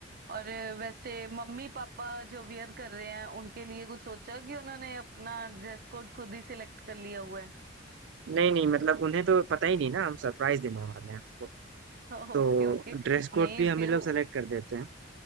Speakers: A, on the right (about 50°); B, on the right (about 65°).
A: और वैसे मम्मी पापा जो वियर कर रहे हैं उनके लिए कुछ सोचा कि उन्होंने अपना ड्रेस कोड खुद ही सिलेक्ट कर लिया हुआ है
B: नहीं नहीं मतलब उन्हें तो पता ही नहीं ना हम सरप्राइज देने वाले हैं आपको।
A: <laughs>
B: तो
A: Okay okay
B: ड्रेस कोड
A: नहीं
B: भी हम
A: फिर
B: ही लोग सेलेक्ट कर देते हैं